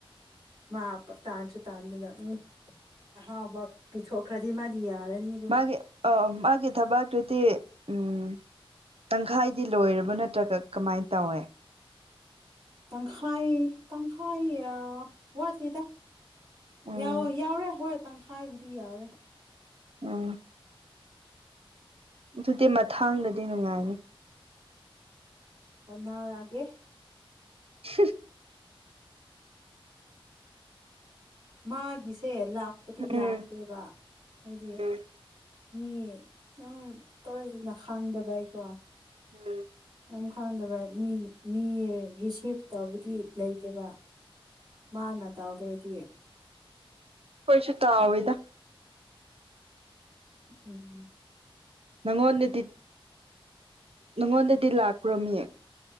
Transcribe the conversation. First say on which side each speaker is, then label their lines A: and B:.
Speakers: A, on the right; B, on the right.
A: ꯃꯥ ꯇꯥꯟꯁꯨ ꯇꯥꯟꯗꯅ ꯎꯝ ꯑꯍꯥꯎꯕ ꯄꯤꯊꯣꯛꯈ꯭ꯔꯗꯤ ꯃꯥꯗꯤ ꯌꯥꯔꯅꯤ ꯑꯗꯨ
B: ꯃꯥꯒꯤ ꯑ ꯃꯥꯒꯤ ꯊꯕꯥꯥꯛꯀꯤꯗꯤ ꯎꯝ ꯇꯪꯈꯥꯏꯗꯤ ꯂꯣꯏꯔꯕ ꯅꯠꯇ꯭ꯔꯒ ꯀꯥ ꯀꯃꯥꯏ ꯇꯧꯋꯦ
A: ꯇꯪꯈꯥꯏ ꯇꯪꯈꯥꯏ ꯑꯥ ꯋꯥꯇꯦꯗ
B: ꯎꯝ
A: ꯌꯥꯎ ꯌꯥꯎꯔꯦ ꯍꯣꯏ ꯇꯪꯈꯥꯏꯕꯨꯗꯤ ꯌꯥꯎꯔꯦ
B: ꯎꯝ ꯑꯗꯨꯗꯤ ꯃꯊꯥꯡꯗꯗꯤ ꯅꯨꯡꯉꯥꯏꯅꯤ
A: ꯍꯣꯅꯔꯒꯦ
B: <inaudible>
A: ꯃꯥꯒꯤꯁꯦ ꯂꯥꯛꯄꯗꯤ
B: ꯎꯝ
A: ꯂꯥꯛꯇꯦꯕ ꯍꯥꯏꯗꯤ
B: ꯎꯝ
A: ꯃꯤ ꯌꯥꯝ <unintelligible> ꯈꯥꯡꯗꯕꯩꯀꯣ
B: ꯎꯝ
A: ꯌꯥꯝ ꯈꯥꯡꯗꯕ ꯃꯤ ꯃꯤ ꯔꯤꯁꯤꯞ ꯇꯧꯕꯗꯤ ꯂꯩꯇꯦꯕ ꯃꯥꯅ ꯇꯥꯎꯗꯔꯗꯤ
B: ꯀꯣꯏꯁꯨ ꯇꯥꯥꯎꯋꯤꯗ
A: ꯎꯝ
B: ꯅꯪꯉꯣꯟꯗꯗꯤ ꯅꯪꯉꯣꯟꯗꯗꯤ ꯂꯥꯛꯄ꯭ꯔꯣ ꯃꯤ